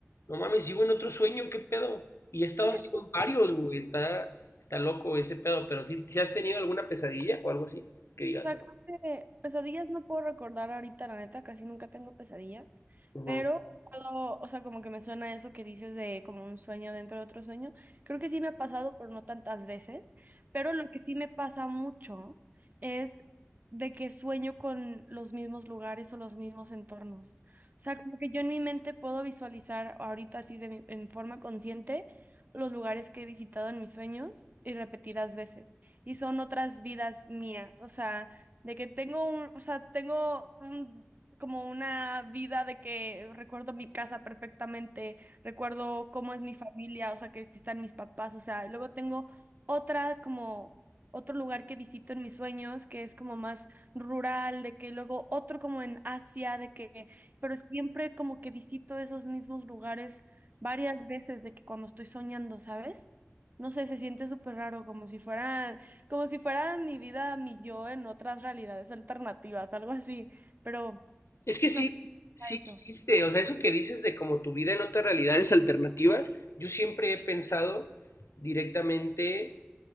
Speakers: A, on the left; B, on the right.
A: no mames, sigo en otro sueño, qué pedo, y he estado
B: Creo que
A: así con
B: sí.
A: varios, güey, está, está loco ese pedo, pero si has tenido alguna pesadilla o algo así, que digas,
B: O sea, creo que pesadillas no puedo recordar ahorita, la neta, casi nunca tengo pesadillas,
A: ujú.
B: pero puedo, o sea, como que me suena eso que dices de como un sueño dentro de otro sueño. Creo que sí me ha pasado, pero no tantas veces, pero lo que sí me pasa mucho es de que sueño con los mismos lugares o los mismos entornos. O sea, como que yo en mi mente puedo visualizar ahorita así de mi- en forma consciente los lugares que he visitado en mis sueños y repetidas veces y son otras vidas mías. O sea, de que tengo un, o sea, tengo un, como una vida de que recuerdo mi casa perfectamente, recuerdo cómo es mi familia, o sea, que si están mis papás, o sea, y luego tengo otra como otro lugar que visito en mis sueños, que es como más rural, de que luego otro como en Asia, de que, pero siempre como que visito esos mismos lugares varias veces de que cuando estoy soñando, ¿sabes? No sé, se siente súper raro, como si fueran como si fuera mi vida, mi yo en otras realidades alternativas, algo así, pero
A: Es que sí,
B: no sé,
A: sí
B: eso.
A: existe, o sea, eso que dices de como tu vida en otras realidades alternativas, yo siempre he pensado directamente